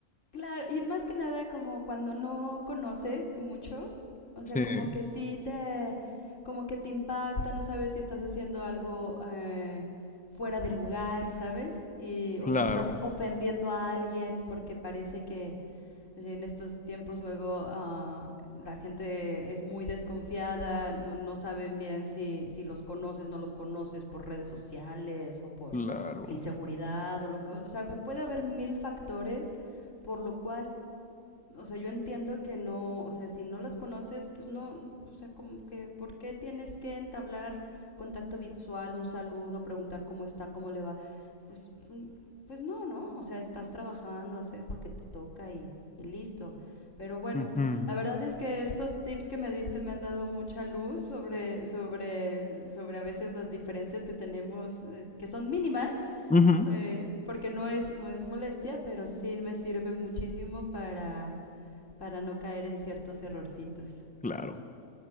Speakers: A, on the left; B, in the centre.
A: Claro, y más que nada como cuando no conoces mucho, o
B: Sí,
A: sea, como que sí te, como que te impacta, no sabes si estás haciendo algo eh, fuera de lugar, ¿sabes? Y,
B: claro,
A: o si estás ofendiendo a alguien porque parece que, Es decir, en estos tiempos luego uh, la gente es muy desconfiada, no, no saben bien si, si, los conoces, no los conoces por redes sociales o por
B: claro.
A: la inseguridad. O, lo, o, o sea, puede haber mil factores por lo cual o sea, yo entiendo que no, o sea, si no las conoces, pues no, o sea, como que, ¿por qué tienes que entablar contacto visual, un saludo, preguntar cómo está, cómo le va? Pues, mm, pues no, ¿no? O sea, estás trabajando, haces lo que te toca y, y listo. Pero bueno,
B: Ujú,
A: la verdad es que estos tips que me diste me han dado mucha luz sobre, sobre, sobre a veces las diferencias que tenemos, eh, que son mínimas,
B: ujú,
A: eh, porque no es, no es molestia, pero sí me sirve muchísimo para para no caer en ciertos errorcitos.
B: Claro,